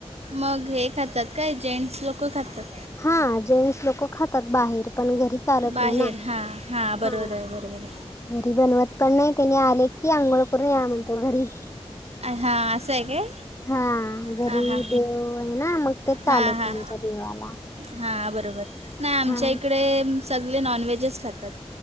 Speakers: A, on the right; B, on the left.
A: मग हे खातात काय जेंट्स लोक खातात
B: हा जेंट्स लोक खातात बाहेर पण घरी सारत
A: बाहेर
B: नाही ना
A: हां हां बरोबर
B: हा
A: आहे बरोबर
B: घरी बनवत पण नाही त्यांनी आले की आंघोळ करून या म्हणतो घरी
A: हा असं आहे काय
B: हा घरी
A: हां हां
B: देव आहे ना मग तेच चालूत
A: हां हां
B: आहे आमच्या देवाला
A: हां बरोबर नाही आमच्या
B: हा
A: इकडे सगळे नॉनव्हेजच खातात